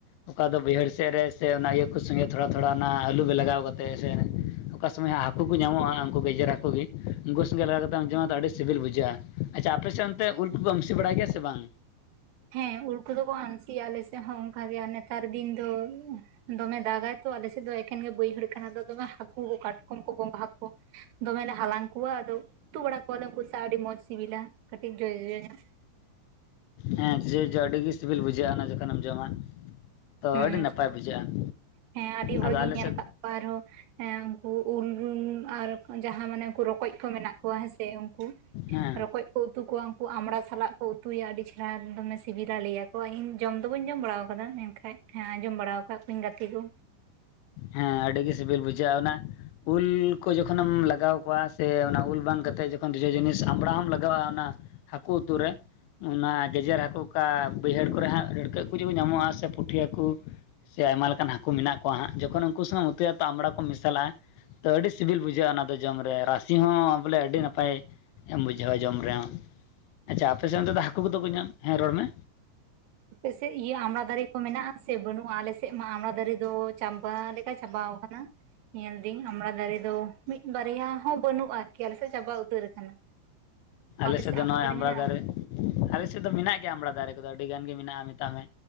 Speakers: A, on the left; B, on the right.
A: ᱚᱠᱟ ᱫᱚ ᱵᱟᱹᱭᱦᱟᱹᱲ ᱥᱮᱫ ᱨᱮ ᱥᱮ ᱚᱱᱟ ᱤᱭᱟᱹ ᱩᱱᱠᱩ ᱥᱚᱸᱜᱮ ᱛᱷᱚᱲᱟ ᱛᱷᱚᱲᱟ ᱚᱱᱟ ᱟᱹᱞᱩ ᱜᱮ ᱞᱟᱜᱟᱣ ᱠᱟᱛᱮᱫ ᱥᱮ ᱚᱠᱟ ᱥᱚᱢᱚᱭ ᱦᱟᱜ ᱦᱟᱠᱩ ᱧᱟᱢᱟᱜ ᱟ ᱩᱱᱠᱩ ᱜᱮᱡᱮᱨ ᱦᱟᱠᱩ ᱜᱮ ᱩᱱᱠᱩ ᱥᱚᱸᱜᱮ ᱥᱟᱞᱟᱜ ᱞᱟᱜᱟᱣ ᱠᱟᱛᱮᱢ ᱡᱚᱢᱟ ᱫᱚ ᱟᱹᱰᱤ ᱥᱤᱵᱤᱞ ᱵᱩᱡᱷᱟᱹᱜᱼᱟ ᱟᱪᱪᱷᱟ ᱟᱯᱮᱥᱮᱫ ᱚᱱᱛᱮ ᱩᱞ ᱠᱚᱯᱮ ᱟᱢᱥᱤ ᱵᱟᱲᱟᱭ ᱜᱮᱭᱟ ᱥᱮ ᱵᱟᱝ?
B: ᱦᱮᱸ ᱩᱞ ᱠᱩᱫᱚ ᱠᱚ ᱟᱢᱥᱭᱟ ᱟᱞᱮ ᱥᱮᱫ ᱦᱚᱸ ᱚᱱᱠᱟᱜ ᱜᱮ ᱱᱮᱛᱟᱨ ᱫᱤᱱ ᱫᱚ ᱩᱸ ᱦᱩᱸ ᱫᱚᱢᱮ ᱫᱟᱜᱟᱭ ᱛᱚ ᱟᱞᱮᱥᱮᱫ ᱫᱚ ᱮᱠᱮᱱ ᱜᱮ ᱵᱟᱹᱭᱦᱟᱹᱲ ᱠᱟᱱᱟ ᱫᱚ ᱫᱚᱢᱮ ᱦᱟᱹᱠᱩ ᱠᱟᱴᱠᱚᱢ ᱠᱚ ᱜᱚᱝᱦᱟ ᱠᱩ ᱫᱚᱢᱮ ᱞᱮ ᱦᱟᱞᱟᱝ ᱠᱚᱣᱟ ᱟᱫᱚ ᱩᱛᱩ ᱵᱟᱲᱟ ᱠᱚᱣᱟᱞᱮ ᱩᱱᱠᱩ ᱟᱹᱰᱤ ᱢᱚᱸᱡᱽ ᱥᱤᱵᱤᱞᱟ ᱠᱟᱹᱴᱤᱡ ᱡᱚᱡᱚ ᱧᱚᱜ᱾
A: ᱦᱮᱸ ᱡᱚ ᱡᱚ ᱟᱹᱰᱤ ᱜᱮ ᱥᱤᱵᱤᱞ ᱵᱩᱡᱷᱟᱹᱜᱼᱟ ᱚᱱᱟ ᱡᱚᱠᱷᱚᱱ ᱡᱚᱢᱟᱜ ᱛᱚ
B: ᱦᱮᱸ
A: ᱟᱹᱰᱤ ᱱᱟᱯᱟᱭ ᱵᱩᱡᱷᱟᱹᱜᱼᱟ᱾
B: ᱦᱮᱸ ᱟᱹᱰᱤ ᱦᱚᱲᱜᱤᱧ
A: ᱟᱫᱚ ᱟᱞᱮ
B: ᱧᱮᱞ
A: ᱥᱮᱫ
B: ᱟᱠᱟᱫ ᱠᱚᱣᱟ ᱟᱨᱦᱚᱸ ᱦᱮᱸ ᱩᱱᱠᱩ ᱩᱞ ᱨᱩᱢ ᱟᱨ ᱡᱟᱸᱦᱟ ᱢᱟᱱᱮ ᱩᱱᱠᱩ ᱨᱚᱠᱚᱡ ᱠᱚ ᱢᱮᱱᱟᱜ ᱠᱚᱣᱟ ᱦᱮᱸᱥᱮ ᱩᱱᱠᱩ
A: ᱦᱮᱸ
B: ᱨᱚᱠᱚᱡ ᱠᱚ ᱩᱛᱩ ᱠᱚᱣᱟ ᱩᱱᱠᱩ ᱟᱢᱲᱟ ᱥᱟᱞᱟᱜ ᱠᱚ ᱠᱚ ᱩᱛᱩᱭᱟ ᱟᱹᱰᱤ ᱪᱮᱦᱨᱟ ᱫᱚᱢᱮ ᱥᱤᱵᱤᱞᱟ ᱞᱟᱹᱭ ᱟᱠᱚ ᱤᱧ ᱡᱚᱢ ᱫᱚ ᱵᱟᱹᱧ ᱡᱚᱢ ᱵᱟᱲᱟ ᱟᱠᱟᱫᱟ ᱮᱸ ᱠᱷᱟᱡ ᱦᱮᱸ ᱟᱸᱡᱚᱢ ᱵᱟᱲᱟ ᱟᱠᱟᱫ ᱠᱚᱣᱟᱹᱧ ᱜᱟᱛᱮ ᱠᱚ᱾
A: ᱦᱮᱸ ᱟᱹᱰᱤ ᱜᱮ ᱥᱤᱵᱤᱞ ᱵᱩᱡᱷᱟᱹᱜᱼᱟ ᱚᱱᱟ ᱩᱞ ᱠᱚ ᱡᱚᱠᱷᱚᱱᱮᱢ ᱞᱟᱜᱟᱣ ᱠᱚᱣᱟ ᱥᱮ ᱚᱱᱟ ᱩᱞ ᱵᱟᱝ ᱠᱟᱛᱮᱫ ᱡᱚᱠᱷᱚᱱ ᱡᱚᱡᱚ ᱡᱤᱱᱤᱥ ᱟᱢᱵᱽᱲᱟ ᱦᱚᱸᱢ ᱞᱟᱜᱟᱣᱟᱜᱼᱟ ᱚᱱᱟ ᱦᱟᱹᱠᱩ ᱩᱛᱩ ᱨᱮ, ᱚᱱᱟ ᱜᱮᱡᱮᱨ ᱦᱟᱹᱠᱩ ᱚᱠᱟ ᱵᱟᱹᱭᱦᱟᱹᱲ ᱠᱚᱨᱮ ᱦᱟᱸᱜ ᱰᱟᱹᱲᱠᱟᱹᱜ ᱯᱩᱴᱷᱤ ᱠᱩ ᱟᱢᱚᱜᱼᱟ ᱥᱮ ᱯᱩᱴᱷᱤ ᱦᱟᱹᱠᱩ, ᱥᱮ ᱟᱭᱢᱟ ᱞᱮᱠᱟᱱ ᱦᱟᱹᱠᱩ ᱢᱮᱱᱟᱜ ᱠᱚᱣᱟ ᱦᱟᱸᱜ ᱡᱚᱠᱷᱚᱱ ᱩᱱᱠᱩ ᱥᱚᱸᱜᱮ ᱮᱢ ᱩᱛᱩᱭᱟ ᱛᱚ ᱟᱢᱲᱟ ᱠᱚ ᱢᱮᱥᱟᱞᱟᱜᱼᱟ, ᱛᱚ ᱟᱹᱰᱤ ᱥᱤᱵᱤᱞ ᱵᱩᱡᱷᱟᱹᱜᱼᱟ ᱚᱱᱟ ᱫᱚ ᱡᱚᱢ ᱨᱮ ᱨᱟᱥᱤ ᱦᱚᱸ ᱵᱚᱞᱮ ᱟᱹᱰᱤ ᱱᱟᱯᱟᱭ ᱮᱢ ᱵᱩᱡᱷᱟᱹᱣᱟ ᱡᱚᱢ ᱨᱮᱦᱚᱸ ᱟᱪᱪᱷᱟ ᱟᱯᱮ ᱥᱮᱱ ᱚᱱᱛᱮ ᱫᱚ ᱦᱟᱹᱠᱩ ᱠᱚᱫᱚ ᱠᱚ ᱧᱟᱢ ᱦᱮᱸ ᱨᱚᱲ ᱢᱮ
B: ᱟᱯᱮᱥᱮᱫ ᱤᱭᱟᱹ ᱟᱢᱲᱟ ᱫᱟᱨᱮ ᱠᱚ ᱢᱮᱱᱟᱜᱼᱟ ᱥᱮ ᱵᱟᱹᱱᱩᱜᱼᱟ ᱟᱞᱮᱥᱮᱜ ᱢᱟ ᱟᱢᱲᱟ ᱫᱟᱨᱮ ᱫᱚ ᱪᱟᱢᱵᱟ ᱞᱮᱠ ᱠᱟ ᱪᱟᱵᱟᱣ ᱠᱟᱱᱟ, ᱧᱮᱞᱫᱟᱹᱧ ᱟᱢᱲᱟ ᱫᱟᱨᱮ ᱫᱚ ᱢᱤᱫ ᱵᱟᱨᱭᱟ ᱦᱚᱸ ᱵᱟᱹᱱᱩᱜᱼᱟ ᱟᱨᱠᱤ ᱟᱞᱮᱥᱮᱫ ᱪᱟᱵᱟ ᱩᱛᱟᱹᱨ ᱟᱠᱟᱱᱟ᱾
A: ᱟᱞᱮᱥᱮᱫ
B: ᱟᱯᱮ ᱥᱮᱫ
A: ᱫᱚ ᱱᱚᱜᱼᱚᱭ ᱟᱢᱲᱟ
B: ᱢᱮᱱᱟᱜᱼᱟ
A: ᱫᱟᱨᱮ ᱟᱞᱮ ᱥᱮᱫ ᱫᱚ ᱢᱮᱱᱟᱜ ᱜᱮᱭᱟ ᱟᱢᱲᱟ ᱫᱟᱨᱮ ᱠᱚᱫᱚ ᱟᱹᱰᱤ ᱜᱟᱱ ᱜᱮ ᱢᱮᱱᱟᱜᱼᱟ ᱢᱮᱛᱟᱜ ᱢᱮ᱾